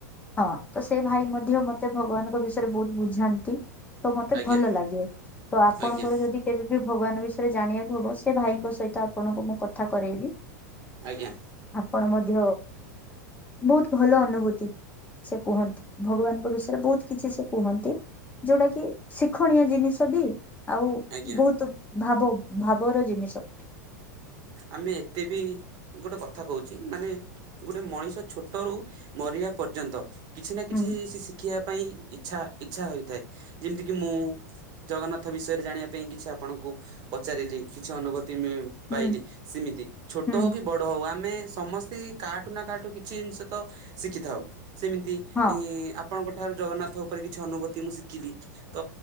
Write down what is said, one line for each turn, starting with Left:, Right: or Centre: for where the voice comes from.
Left: ହଁ ତ ସେ ଭାଇ ମଧ୍ୟ ମତେ ଭଗବାନଙ୍କ ବିଷୟରେ ବହୁତ ବୁଝାନ୍ତି। ତ ମତେ
Right: ଆଜ୍ଞା
Left: ଭଲ ଲାଗେ ତ ଆପଣଙ୍କର
Right: ଆଜ୍ଞା
Left: ଯଦି କେବେ ବି ଭଗବାନ ବିଷୟରେ ଜାଣିବାକୁ ହବ ସେ ଭାଇଙ୍କ। ସହିତ ଆପଣଙ୍କୁ ମୁଁ କଥା କରୋଇବି।
Right: ଆଜ୍ଞା।
Left: କଣ ମଧ୍ୟ ବହୁତ ଭଲ ଅନୁଭୂତି। ସେ କୁହନ୍ତି ଭଗବାନଙ୍କ ବିଷୟରେ ବହୁତ କିଛି ସେ କୁହନ୍ତି। ଯୋଉଟା କି ଶିକ୍ଷଣୀୟ ଜିନିଷ ବି ଆଉ
Right: ଆଜ୍ଞା।
Left: ବୋହୁତ ଭାବ ଭାବର ଜିନିଷ।
Right: ଆମେ ଏତେ ବି ଗୋଟେ କଥା କୋହୁଚି ମାନେ ଗୋଟେ ମଣିଷ ଛୋଟରୁ ମରି ବା ପର୍ଯ୍ୟନ୍ତ କିଛି ନା କିଛି
Left: ହୁଁ
Right: ସେ ଶିଖିବା ପାଇଁ ଆଛା ଇଚ୍ଛା ହୋଇଥାଏ ଯେମିତି କିି ମୁଁ ଜଗନ୍ନାଥ ବିଷୟରେ ଜାଣିବା ପାଇଁ କିଛି ଆପଣଙ୍କୁ ପଚାରିଲି କିଛି ଅନୁଭୂ ମି ପାଇଲି
Left: ହୁଁ
Right: ସେମିତି ଛୋଟ
Left: ହୁଁ
Right: ହୋଉ କି ବଡ ହୋଉ ଆ ମେ ସମସ୍ତେ କାଠୁ ନା କାଠୁ କିଛି ଜିନିଷ ତ ଶିଖିଥାଉ। ସେମିତି
Left: ହଁ
Right: ଇଁ ଆପ୍ ଆପଣଙ୍କ ଠାରୁ ଜଗନ୍ନାଥ ଉପରେ କିଛି ଅନୁଭୂତି ମୁଁ ଶିଖିଲି ତ